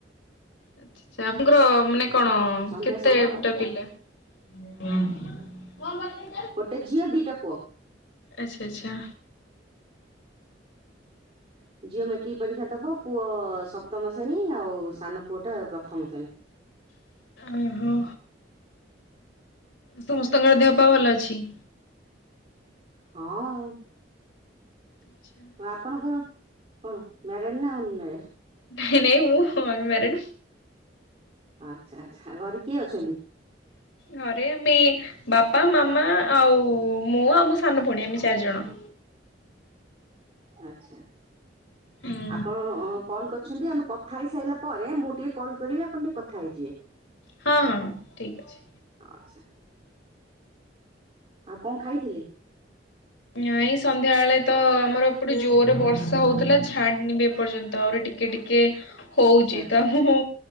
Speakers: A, on the left; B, on the right.
A: ଆଛା ଆଛା ଆପଣଙ୍କର ମାନେ କଣ
B: ସନ୍ଧ୍ୟା
A: କେତେଟା
B: ସମୟ ପା
A: ପିଲା? କଣ ଦରକାର?
B: ଗୋଟେ ଝିଅ ଦିଟା ପୁଅ।
A: ଆଚ୍ଛା ଆଚ୍ଛା।
B: ଝିଅ ମେଟ୍ରିକ ପରୀକ୍ଷା ଦବ, ପୁଅ ସପ୍ତମ ଶ୍ରେଣୀ ଆଉ ସାନ ପୁଅଟା ପ୍ରଥମ ଶ୍ରେଣୀ।
A: ଓହୋ। ସମସ୍ତଙ୍କର ଦେହ ପାଅ ଭଲ ଅଛି?
B: ହଁ ଆଉ
A: ଆଚ୍ଛା।
B: ଆଉ ଆପଣଙ୍କର କଣ ମ୍ୟାରେଡ଼୍ ନା ଅନମ୍ୟାରେଡ଼୍?
A: ନାଇଁ ନାଇ ମୁଁ ଅନ୍‌ମାରଡ।
B: ଆଚ୍ଛା ଆଚ୍ଛା ଘରେ କିଏ ଅଛନ୍ତି?
A: ଘରେ ଆମେ ବାପା ମାମା ଆଉ ମୁଁ ଆଉ ମୋ ସାନ ଭଉଣୀ ଆମେ ଚାରିଜଣ।
B: ଆଚ୍ଛା
A: ହୁଁ
B: ଆପଣ କଲ୍ କରିଛନ୍ତି ଆମେ କଥା ହେଇ ସାରିଲା ପରେ, ମୁଁ ଟିକେ କଲ୍ କରିବି, ଆପଣ ଟିକେ କଥା ହେଇଯିବେ।
A: ହଁ ହଁ ଠିକ ଅଛି।
B: ଅଚ୍ଛା ଆଉ କଣ ଖାଇଥିଲେ?
A: ନାଇଁ ସନ୍ଧ୍ୟାବେଳେ ତ ଆମର ଏପଟେ ଜୋରରେ ବର୍ଷା ହଉଥିଲା ଛାଡିନି ବି ଏପର୍ଯ୍ୟନ୍ତ ଆହୁରି ଟିକେ ଟିକେ ଟିକେ ହଉଛି
B: ଆଚ୍ଛା ଆଚ୍ଛା
A: ତ ମୁଁ,